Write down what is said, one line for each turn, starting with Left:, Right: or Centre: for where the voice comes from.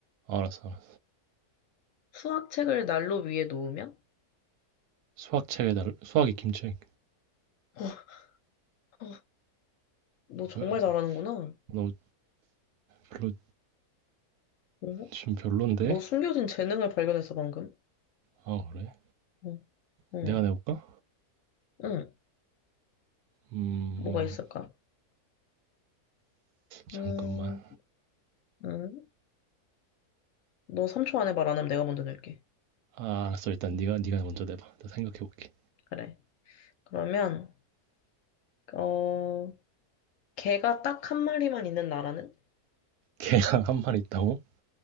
Right: 알았어 알았어
Left: 수학책을 난로 위에 놓으면?
Right: 수학책에 달 수학이 김책
Left: 어, 어, 너 정말
Right: 뭐야
Left: 잘하는구나.
Right: 너 별로
Left: 어?
Right: 좀 별론데?
Left: 너 숨겨진 재능을 발견했어, 방금.
Right: 아 그래?
Left: 어, 응,
Right: 내가 내볼까?
Left: 응.
Right: 음
Left: 뭐가 있을까?
Right: 잠깐만
Left: 음, 응. 너 3초 안에 말 안 하면 내가 먼저 낼게.
Right: 아 알았어 일단 네가 네가 먼저 내봐 나 생각해볼게
Left: 그래. 그러면, 어, 개가 딱 한 마리만 있는 나라는?
Right: 개가 한 마리 있다고?